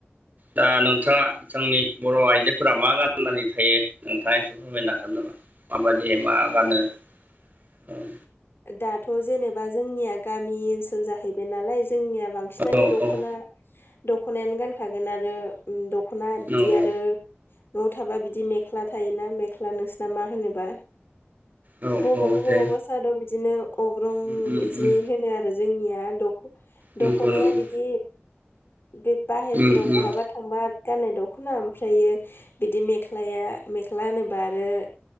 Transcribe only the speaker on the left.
दाथ' जेनेबा जोंनिया गामि ओनसोल जाहैबाय नालाय जोंनिया बांसिनानो
दख'ना
दख'नायानो गानखागोन आरो ओ द दख'ना बिदि
आरो न'आव थाबा बिदि मेख्ला थायोना मेख्ला नोंसिना मा होनोबा
बबावबा
बबावबा
सादर बि बिदिनो अग्रं
बिदि
होनो आरो जोंनिया दख
दख'नाया
बिदि। बे बाहेरफोराव
बहाबा थांबाब। गाननाय दख'ना ओमफ्राय इयो बिदि मेख्लाया मेख्ला होनोबा आरो